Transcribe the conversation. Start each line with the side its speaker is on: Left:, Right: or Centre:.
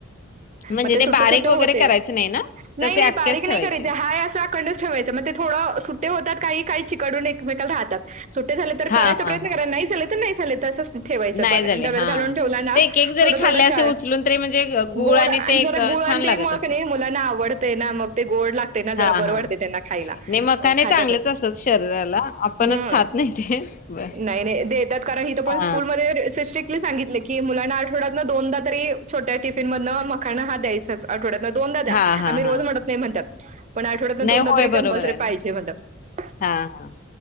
Left: म्हणजे
Right: मग ते सुट्ट
Left: बारीक
Right: सुट्ट
Left: वगैरे
Right: होतय
Left: करायचं नाही ना?
Right: नाही
Left: तसे
Right: नाही
Left: अख्खेच
Right: बारीक
Left: ठेवायचे.
Right: नाही करायचे हाय असा अकंडच ठेवायचा मग ते. थोडं सु ते होतात काही काही चिकडून एकमेकला राहतात सुटे झाले तर
Left: हां,
Right: करायचा प्रयत्न
Left: हां, हां.
Right: करा नाही झाले तर नाही झाले तसंच. ठेवायचं
Left: नाही
Right: बर,
Left: झाले
Right: डब्यात
Left: हा
Right: घालून ठेवला ना
Left: ते एक एक जरी
Right: थोडं
Left: खाल्ले
Right: थोडं
Left: असे
Right: चार.
Left: उचलून तरी म्हणजे गुळ
Right: गोड आणि
Left: ते एक
Right: जरा गुळ आणि
Left: छान लागत
Right: ते मगं
Left: असं
Right: कणी मुलांना आवडतय ना मग ते. गोड लागतेय ना
Left: हा
Right: जरा बर
Left: हा
Right: वाटतेय त्यांना खायला
Left: नाही मखाने
Right: मग खात्यात.
Left: चांगलेच असतात शरीराला आपणच
Right: ह.
Left: खात नाही ते बर
Right: नाही नाहीे देतात कारण हित पण
Left: हा
Right: स्कूल मध्ये स्ट्रिकली सांगितलयं मुलांना आठवडा दोनदा तरी छोट्या टिफिन मधनं मखाना हा द्यायचंच आठवड्या दोनदा द्या
Left: हा हा
Right: आम्ही रोज
Left: हा
Right: म्हणत नाही म्हणत्यात पण आठवड्यात ना, दोनदा
Left: नाही होय
Right: तरी कंपलसरी
Left: बरोबर आहे ना
Right: पाहिजे म्हणतात.
Left: हा हा.